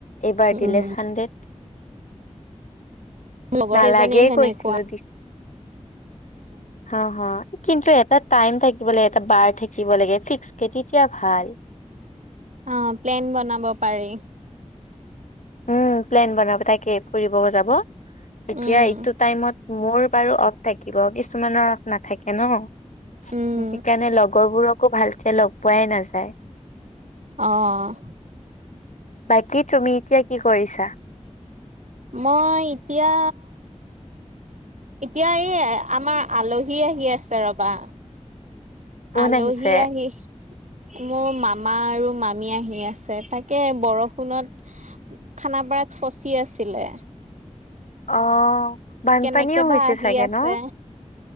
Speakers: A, on the left (about 85°); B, on the right (about 75°).
A: এইবাৰ
B: উম,
A: দিলে চানডে।
B: লগৰ
A: নালাগেই
B: কেইজনীৰ সেনেকুৱা
A: কৈছিলো দিছে। অ' হো কিন্তু এটা টাইম থাকিব লাগে, এটা বাৰ থাকিব লাগে ফিক্স কে তেতিয়া ভাল।
B: অ' প্লেন বনাব পাৰি।
A: উম, প্লেন বনাব তাকে ফুৰিব‌ও যাব, এতিয়া
B: উম,
A: এইটো টাইমত মোৰ বাৰু অফ থাকিব, কিছুমানৰ অফ নাথাকে ন'। সেইকাৰণে
B: উম,
A: লগৰবোৰকো ভালকে লগ পোৱাই নাযায়।
B: অ'।
A: বাকী তুমি এতিয়া কি কৰিছা?
B: মই এতিয়া এতিয়া এই আমাৰ আলহী আহি আছে ৰবা।
A: কোন
B: আলহি
A: আহিছে?
B: আহি মোৰ মামা আৰু মামী আহি আছে, তাকে বৰষুণত খানাপাৰাত ফচি আছিলে।
A: অ'। বানপানীও
B: কেনেকে বা
A: হৈছে
B: আহি
A: চাগে
B: আছে।
A: ন?